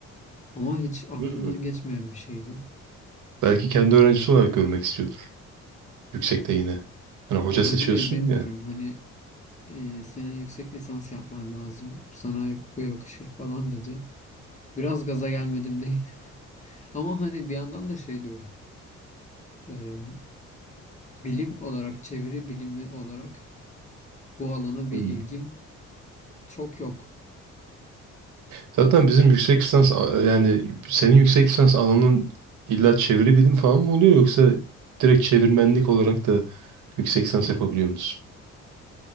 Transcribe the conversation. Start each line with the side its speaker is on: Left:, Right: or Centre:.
Left: Ama hiç aklımdan
Right: Hı.
Left: geçmeyen bir şeydi.
Right: Belki kendi öğrencisi olarak görmek istiyordur yüksekte yine. Hani hoca
Left: Olabilir
Right: seçiyorsun
Left: bilmiyorum
Right: ya.
Left: hani e, senin yüksek lisans yapman lazım. Sana bu yakışır falan dedi. Biraz gaza gelmedim değil. <laughs> Ama hani bir yandan da şey diyorum. Ee, bilim olarak çeviri bilimi olarak bu alana bir
Right: Hı.
Left: ilgim çok yok.
Right: Zaten bizim yüksek lisans a- e, yani senin yüksek lisans alanın illa çeviri bilim falan mı oluyor yoksa direkt çevirmenlik olarak da yüksek lisans yapabiliyor musun?